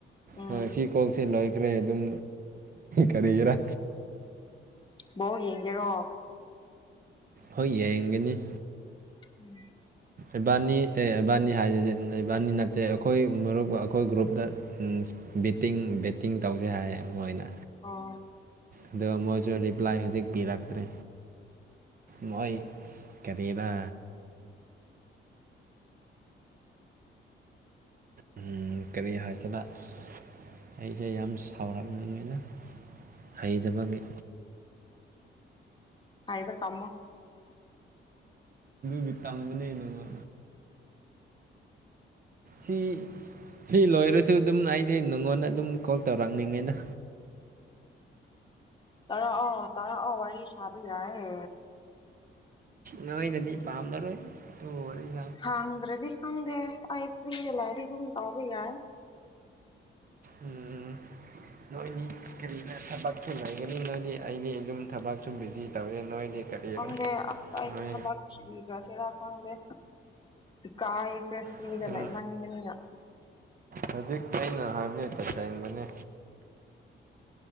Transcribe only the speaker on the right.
ꯍꯣꯏ ꯁꯤ ꯀꯣꯜꯁꯨ ꯂꯣꯏꯈ꯭ꯔꯦ ꯑꯗꯨꯝ ꯀꯔꯤꯒꯤꯔꯥ꯫
ꯍꯣꯏ ꯌꯦꯡꯒꯅꯤ
ꯏꯕꯥꯅꯤ ꯑꯦ ꯏꯕꯥꯅꯤ ꯍꯥꯏꯁꯤꯅꯤ ꯏꯕꯥꯅꯤ ꯅꯠꯇꯦ ꯑꯩꯈꯣꯏ ꯃꯔꯨꯞ ꯑꯩꯈꯣꯏ ꯒ꯭ꯔꯨꯞꯇ ꯕꯤꯠꯇꯤꯡ ꯕꯦꯠꯇꯤꯡ ꯇꯧꯁꯦ ꯍꯥꯏ ꯃꯣꯏꯅ
ꯑꯗꯣꯒ ꯃꯣꯏꯁꯨ ꯔꯤꯄ꯭ꯂꯥꯏ ꯍꯧꯖꯤꯛ ꯄꯤꯔꯛꯇ꯭ꯔꯦ ꯃꯣꯏ ꯀꯔꯤꯔꯥ ꯎꯝ ꯀꯔꯤ ꯍꯥꯏꯁꯤꯔꯥ ꯑꯁ ꯑꯩꯁꯦ ꯌꯥꯝ ꯁꯥꯎꯔꯛꯅꯤꯡꯉꯤꯗ ꯍꯩꯩꯅꯕꯒꯤ
ꯕꯤ ꯇꯒꯅꯦ ꯅꯉ ꯁꯤ ꯁꯤ ꯂꯣꯏꯔꯁꯨ ꯑꯗꯨꯝ ꯑꯩꯗꯤ ꯅꯉꯣꯟꯗ ꯑꯗꯨꯝ ꯀꯣꯜ ꯇꯧꯔꯛꯅꯤꯡꯉꯦꯅ
ꯅꯣꯏꯅꯗꯤ ꯄꯥꯝꯅꯔꯣꯏ ꯑꯗꯨ ꯍ ꯂꯥꯛ
ꯎꯝ ꯅꯣꯏꯗꯤ ꯀꯔꯤꯅ ꯊꯕꯛꯁꯨ ꯂꯩꯒꯅꯤ ꯅꯣꯏꯗꯤ ꯑꯩꯗꯤ ꯑꯗꯨꯝ ꯊꯕꯛ ꯁꯨꯝ ꯕꯤꯖꯤ ꯇꯧꯔꯦ ꯅꯣꯏꯗꯤ ꯀꯔꯤꯔ
ꯅꯣꯏ
ꯑꯗꯨꯝ
ꯍꯧꯖꯤꯛ ꯑꯩꯅ ꯍꯥꯏꯕꯤ ꯇ ꯁꯦꯡꯕꯅꯦ